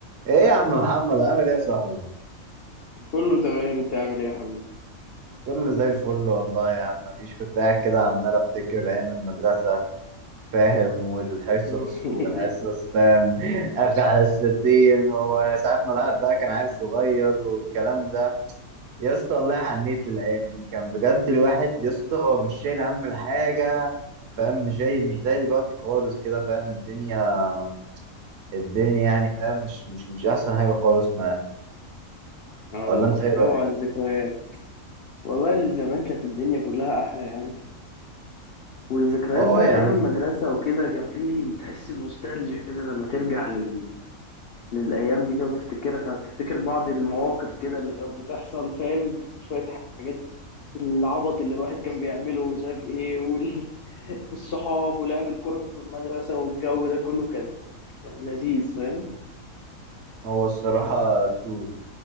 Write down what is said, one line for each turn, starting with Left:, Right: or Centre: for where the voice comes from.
Right: ايه يا عم محمد عامل ايه يا صاحبي
Left: كله تمام انت عامل ايه يا حبيبي
Right: كله زي الفل والله يا عم مفيش كنت قاعد كده عمال افتكر ايام المدرسه فاهم والحصص
Left: <laughs>
Right: والحصص فاهم <laughs> اخر حصتين وساعات ما الواحد بقى كان عيل صغير والكلام ده يا اسطى والله حنيت للايام دي كان بجد الواحد يا اسطى هو مش شايل هم الحاجه فاهم مش زي مش زي دلوقتي خالص كده فاهم الدنيا الدنيا يعني فاهم مش مش مش احسن حاجه خالص معايا
Left: اه
Right: ولا انت ايه
Left: اوعى
Right: رايك
Left: الذكريات والله زمان كانت الدنيا كلها احلى يعني والذكريات
Right: اه
Left: بقى
Right: يا
Left: ايام
Right: عم
Left: المدرسه وكده كان في تحس بنوستالجيا كده لما ترجع لل... للايام دي كده وتفتكرها وتفتكر بعض المواقف كده اللي كانت بتحصل فاهم شويه حاجات العبط اللي الواحد كان بيعمله ومش عارف ايه وال... والصحاب ولعب الكوره في المدرسه والجو ده كله كان كان لذيذ فاهم
Right: هو الصراحة ترو